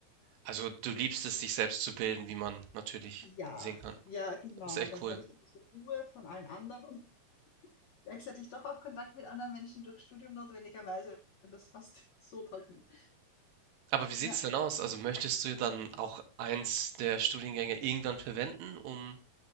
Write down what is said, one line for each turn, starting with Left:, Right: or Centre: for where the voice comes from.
Right: Also du liebst es, dich selbst zu bilden, wie man natürlich
Left: Ja,
Right: sehen kann.
Left: ja, genau.
Right: Ist echt
Left: Und dann
Right: cool.
Left: habe ich immer so Ruhe von allen anderen und gleichzeitig doch auch Kontakt mit anderen Menschen durch Studium notwendigerweise. Und das passt <laughs> so toll für mich.
Right: Aber wie sieht's
Left: Ja.
Right: denn aus? Also möchtest du dann auch eins der Studiengänge irgendwann verwenden, um